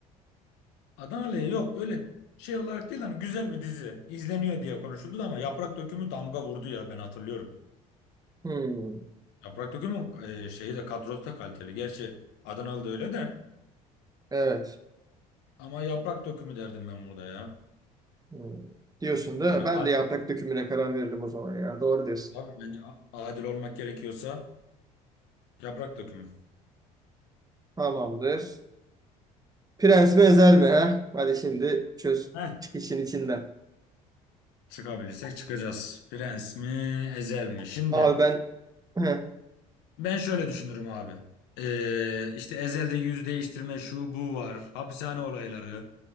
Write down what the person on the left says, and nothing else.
Adanalı'ya yok öyle şey olarak değil hani güzel bir dizi izleniyor diye konuşuldu da ama Yaprak Dökümü damga vurdu ya ben hatırlıyorum.
Yaprak Dökümü'nün e, şeyi de kadrosu da kaliteli. Gerçi Adanalı da öyle de
ama Yaprak Dökümü derdim ben burada ya.
Yani
ad-
abi bence a- adil olmak gerekiyorsa Yaprak Dökümü.
Heh.
Çıkabilirsek çıkacağız. Prens mi, Ezel mi? Şimdi
Ben şöyle düşünürüm abi. Ee, işte Ezel'de yüz değiştirme şu bu var. Hapishane olayları.